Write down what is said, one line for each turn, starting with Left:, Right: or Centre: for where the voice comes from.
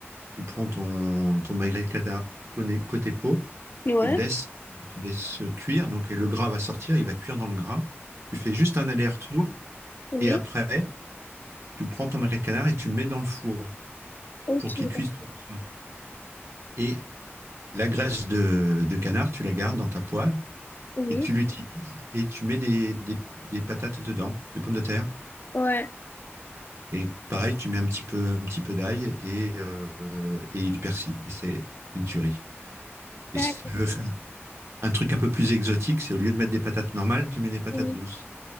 Right: tu prends ton, ton magret de canard côté côté peau,
Left: Ouais.
Right: tu le laisses, euh, tu laisses cuire. Donc, et le gras va sortir, il va cuire dans le gras. Tu fais juste un aller-retour
Left: Oui.
Right: et après, tu prends ton magret de canard et tu le mets dans le four
Left: Ok.
Right: pour qu'il cuise
Left: d'ac-
Right: tout doucement. Et la graisse de, de canard, tu la gardes dans ta poêle
Left: Oui.
Right: et tu l'utilises et tu mets des, des, des patates dedans, des pommes de terre.
Left: Ouais.
Right: Et pareil, tu mets un petit peu, un petit peu d'ail et, euh, et du persil. Et c'est une tuerie. Et
Left: D'accord.
Right: si tu veux faire un truc un peu plus exotique, c'est au lieu de mettre des patates normales, tu mets des patates
Left: Oui.
Right: douces.